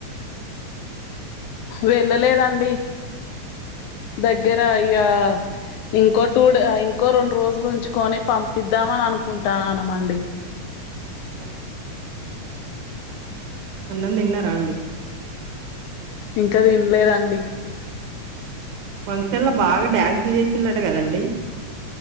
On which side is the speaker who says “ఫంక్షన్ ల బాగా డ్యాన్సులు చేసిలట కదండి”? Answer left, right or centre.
Right